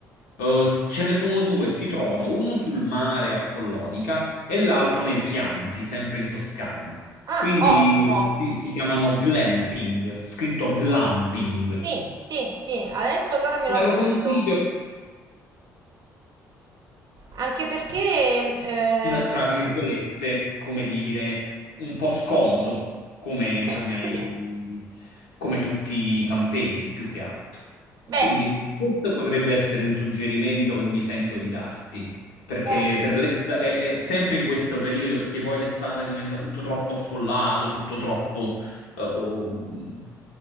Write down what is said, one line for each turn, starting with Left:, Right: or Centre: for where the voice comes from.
Left: Uh, s- ce ne sono due, si trovano uno sul mare a Follonica e l'altro nel Chianti, sempre in Toscana.
Right: Ah,
Left: Quindi
Right: ottimo.
Left: si, si chiamano glamping, scritto glamping.
Right: Sì, sì, sì, adesso allora me
Left: Te
Right: lo appunto.
Left: lo consiglio
Right: Anche perché... eh,
Left: un, tra virgolette, come dire, un po' scomodo, come,
Right: <coughs>
Left: come i- come tutti i campeggi più che altro.
Right: Beh,
Left: Quindi questo potrebbe essere un suggerimento che mi sento di darti, perché
Right: Beh,
Left: per l'est- è, è sempre in questo periodo, perché poi l'estate diventa tutto troppo affollato, tutto troppo eh,